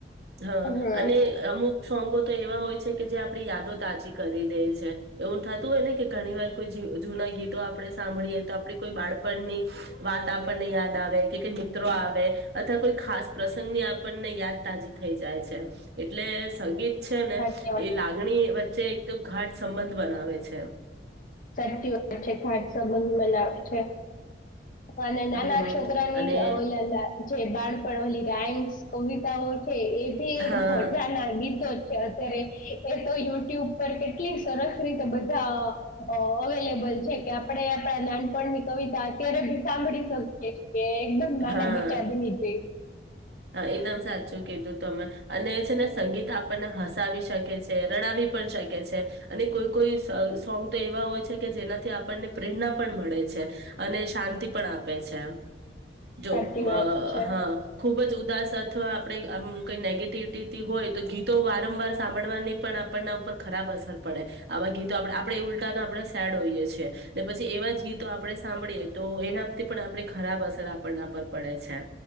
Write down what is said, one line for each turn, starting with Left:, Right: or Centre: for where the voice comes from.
Right: હા
Left: હમ્મ.
Right: અને અમુક સોંગો તો એવા હોય છે કે જે આપણી યાદો તાજી કરી દે છે એવું થતું હોય ને કે ઘણી વાર કોઈ જુ જૂના ગીતો આપણે સાંભળીએ તો આપડે કોઈ બાળપણની વાત આપણને યાદ આવે કે કઈ મિત્રો આવે. અથવા કોઈ ખાસ પ્રસંગની આપણને યાદ તાજી થઈ જાય છે. એટલે સંગીત છે ને
Left: સાચી વાત
Right: એ લાગણી વચ્ચે એક તો ઘાટ સંબંધ બનાવે છે.
Left: સાચી વાત છે ખાટ સંબંધ બનાવે છે. અને નાના
Right: હમ
Left: છોકરાની
Right: અને
Left: અલના જે બાળપણ ઓલી રાઈમ્સ કવિતાઓ છે એ બી એક
Right: હા
Left: મજા ના ગીતો જ કે અત્યારે એ તો યુટ્યુબ પર કેટલી સરસ રીતે બધા અ અવેલેબલ છે કે આપણે આપણા નાનપણની કવિતા અત્યારે સાંભળી શકએ. કે એકદમ ના
Right: હા
Left: ના બચા <unintelligible> દે.
Right: હા એકદમ સાચ ચૂ કીધું તમે અને છે ને સંગીત આપણને હસાવી શકે છે. રડાવી પણ શકે છે અને કોઈ કોઈ સોંગ તો એવા હોય છે કે જેનાથી આપણને પ્રેરણા પણ મળે છે અને શાંતિ પણ આપે છે. જો
Left: સાચી
Right: મ
Left: વાત
Right: અ
Left: છે
Right: હા. ખૂબ જ ઉદાસ અથવા આપણે આમ કઈ નેગેટિવિટી તી હોય તો ગીતો વારંવાર સાંભળવાની પણ આપણના ઉપર ખરાબ અસર પડે આવા ગીતો આપણે ઉલટાને આપણે સેડ હોઈએ છીએ ને પછી એવા જ ગીતો આપણે સાંભળીએ તો એનાથી પણ આપણે ખરાબ અસર આપણના પર પડે છે.